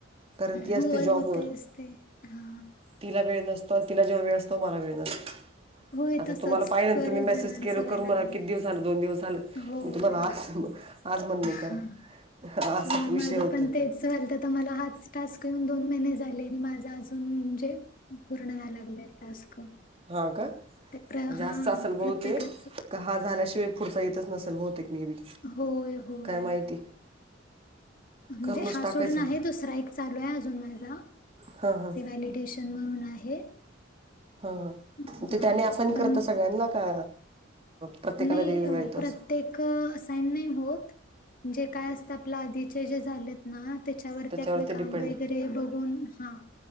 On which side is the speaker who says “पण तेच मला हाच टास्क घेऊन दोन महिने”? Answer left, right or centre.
Left